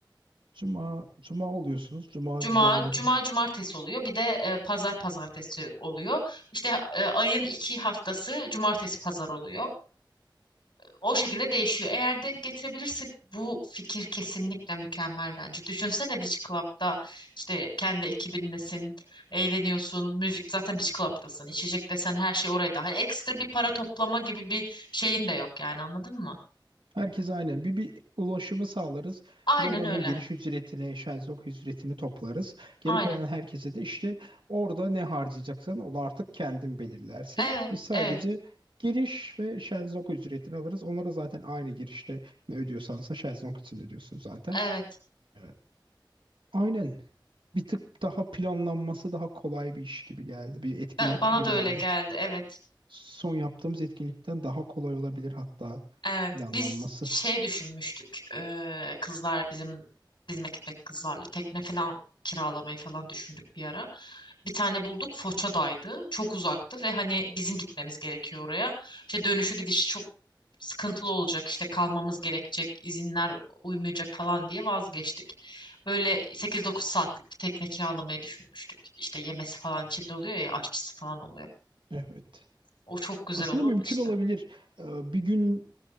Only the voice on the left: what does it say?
Cuma,
cuma cumartesi oluyor. Bir de e, pazar pazartesi oluyor. İşte e, ayın iki haftası cumartesi pazar oluyor. O şekilde değişiyor. Eğer denk getirebilirsek bu fikir kesinlikle mükemmel bence. Düşünsene Beach Club'da işte kendi ekibinlesin, eğleniyorsun, müzik zaten Beach Club'dasın. İçecek desen her şey oraya daha. Ekstra bir para toplama gibi bir şeyin de yok yani anladın mı?
Aynen
öyle.
Aynen.
Evet,
evet,
evet.
Ben, bana
da
öyle geldi. Evet.
Evet,
biz şey düşünmüştük eee, kızlar bizim bizime gitmek kızlarla tekne falan kiralamayı falan düşündük bir ara. Bir tane bulduk Foça'daydı. Çok uzaktı ve hani bizim gitmemiz gerekiyor oraya. İşte dönüşü gidişi çok sıkıntılı olacak. işte kalmamız gerekecek, izinler uymayacak falan diye vazgeçtik. Böyle sekiz dokuz saatlik bir tekne kiralamayı düşünmüştük. İşte yemesi falan içinde oluyor ya, aşçısı falan oluyor.
O çok güzel
olurdu
işte.